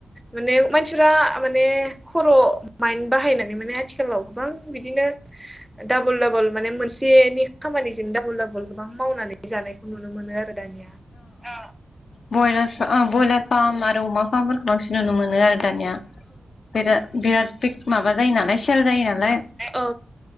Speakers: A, in the centre; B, on the left.
A: माने मानसिफ मान खर' माइड बाहाय माने आथिखालाव गोबां बिदिनो डाबल डाबल माने मोनसे खामानिजों डाबल डाबल गोबां मावनानै जानायखौ नुनो मोनो आरो। दानिया औ
B: ब्रयलार फार्म आरो अमा फार्मफोरखौ बांसिन नुनो मोनो आरो दानिया बिराद बिराद बिग माबा जायो नालाय सेल जायो नालाय
A: औ औ औ